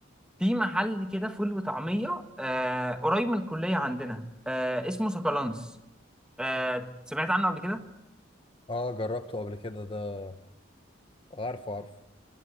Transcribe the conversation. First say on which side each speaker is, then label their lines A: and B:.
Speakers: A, in the centre; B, on the left.
A: في محل كده فول وطعميه آه قريب من الكليه عندنا آه اسمه سكالانس آه سمعت عنه قبل كده
B: اه جربته قبل كده ده عارفه عارفه